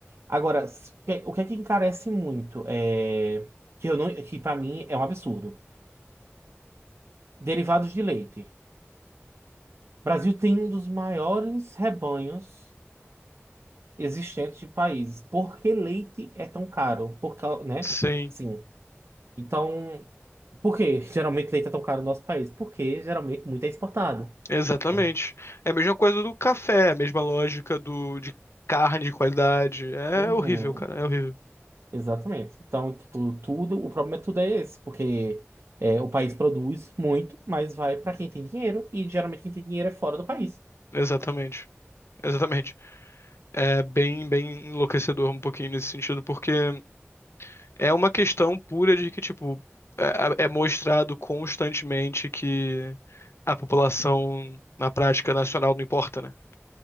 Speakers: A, on the right; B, on the left.
A: Agora, se- o que é que encarece muito? É, que eu não, que para mim é um absurdo. Derivados de leite. Brasil tem um dos maiores rebanhos existentes de países. Por que leite é tão caro? Por cau- né?
B: Sim,
A: Sim. Então, por que geralmente leite é tão caro no nosso país? Porque geralmente muito é exportado,
B: exatamente.
A: né?
B: É a mesma coisa do café, é a mesma lógica do de carne de qualidade. É
A: Uhum,
B: horrível, cara, é horrível.
A: exatamente. Então, tipo, tudo, o problema é tudo é esse, porque é, o país produz muito, mas vai para quem tem dinheiro, e geralmente quem tem dinheiro é fora do país.
B: Exatamente. Exatamente. É bem, bem enlouquecedor um pouquinho nesse sentido, porque É uma questão pura de que, tipo, é, é é mostrado constantemente que a população na prática nacional não importa, né?